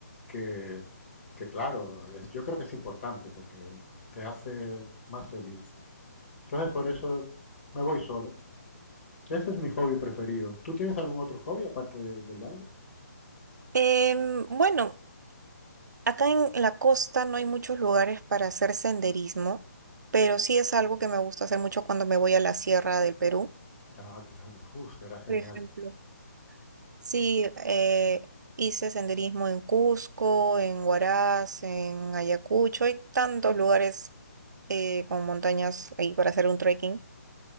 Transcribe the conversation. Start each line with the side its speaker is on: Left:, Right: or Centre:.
Left: que, que claro, es- yo creo que es importante porque te hace más feliz. Entonces por eso me voy solo. Ese es mi hobby preferido. ¿Tú tienes algún otro hobby aparte de- del baile?
Right: Em, bueno, acá en la costa no hay muchos lugares para hacer senderismo, pero sí es algo que me gusta hacer mucho cuando me voy a la sierra del Perú
Left: Ah, claro. Uf, será genial.
Right: por ejemplo. Sí, eh, hice senderismo en Cusco, en Huaraz, en Ayacucho. Hay tantos lugares eh, con montañas ahí para hacer un trekking.